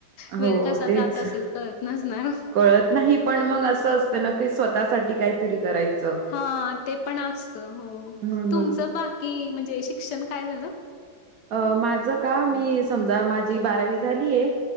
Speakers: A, on the left; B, on the right.
A: वेळ
B: हो
A: कसा
B: तेच
A: जात असेल कळत नसणार,
B: कळत नाही, पण मग असं असतं ना की स्वतःसाठी काहीतरी करायचं.
A: हा ते पण असत, हो
B: म्हणून
A: तुमचं बाकी म्हणजे शिक्षण काय झालं?
B: अ माझं का मी समजा माझी बारावी झालीय